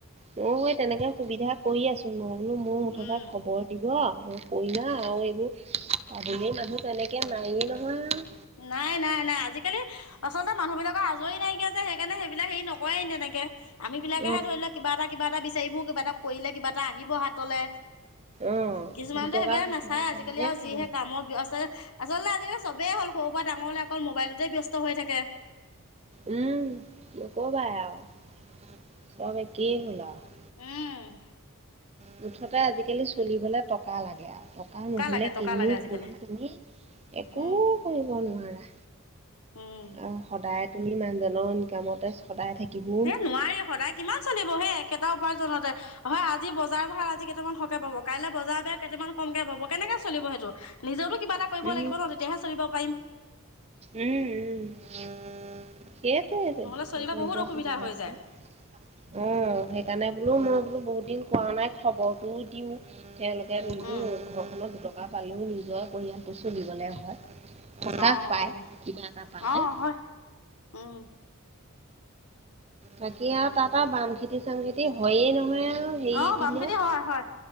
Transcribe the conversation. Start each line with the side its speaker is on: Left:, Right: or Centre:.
Right: মইয়ো তেনেকে সুবিধা কৰি আছোঁ। মই বোলো মোৰ মুঠতে
Left: উম
Right: খবৰ দিব মই কৰি যাম।
Left: উম।
Right: আৰু পাৰিলেই মানুহ তেনেকে নায়য়েই নহয়।
Left: নাই, নাই, নাই। আজিকালি আচলতে মানুহবিলাকৰ আজৰি নাইকিয়া যে সেইকাৰণে সেইবিলাক হেৰি নকৰে তেনেকে। আমি বিলাকেহে
Right: অ
Left: ধৰি লওঁক কিবা এটা, কিবা এটা বিচাৰি ফুৰো, কিবা এটা কৰিলে, কিবা এটা আহিব হাতলে।
Right: অ
Left: কিছুমানেতো
Right: দুটকা
Left: সেইবিলাক
Right: ঘটিব
Left: নাচায় আজিকালি
Right: পাৰিলে
Left: আৰু যিহে
Right: অ
Left: কামৰ ব্যস্ত আচলতে আজিকালি চবেই সৰুৰ পৰা ডাঙৰলে অকল মোবাইলটোতে ব্যস্ত হৈ থাকে।
Right: উম, নকবাই আৰু চব একেই হ'লা আৰু।
Left: উম।
Right: মুঠতে আজিকালি চলিবলে টকা লাগে আৰু। টকা নহ'লে
Left: লাগে টকা
Right: কিনিও
Left: লাগে আজিকালি
Right: কতো তুমি একো
Left: উম
Right: কৰিব নোৱাৰা।
Left: উম।
Right: আৰু সদায় তুমি মানুহজনৰ ইনকামতে সদায় থাকিব
Left: এ নোৱাৰি সদায় কিমান চলিব হে একেটা উপাৰ্জনতে। হয় আজি বজাৰ ভাল আজি কেইটামান সৰহকে পাব, কাইলৈ বজাৰ বেয়া কেইটামান কমকে পাব, কেনেকে চলিব সেইটো। নিজতো কিবা এটা কৰিব
Right: উম
Left: লাগিব ন' তেতিয়াহে চলিব পাৰিম।
Right: উম', উম'। সেইটোৱেটো
Left: নহ'লে
Right: সেইটো
Left: চলিব বহুত
Right: এতিয়া
Left: অসুবিধা
Right: সুবিধা
Left: হৈ
Right: বুলি।
Left: যায়
Right: অহ, সেইকাৰণে বোলো মই বোলো বহুত দিন কোৱা নাই খবৰটোও দিওঁ। তেওঁলোকে নিজৰ
Left: উম
Right: ঘৰখনত দুটকা পালেও নিজৰ পৰিয়ালটো চুলিবলৈ হয়। সকাহ
Left: অ
Right: পায়
Left: অ
Right: কিবা এটা পালে।
Left: অ হয় উম
Right: বাকি আৰু তাতে বামখেতি চামখেতি হয়য়ে নহয় আৰু। হেৰি
Left: অহ,
Right: দিনত
Left: বামখেতি হয়, হয়,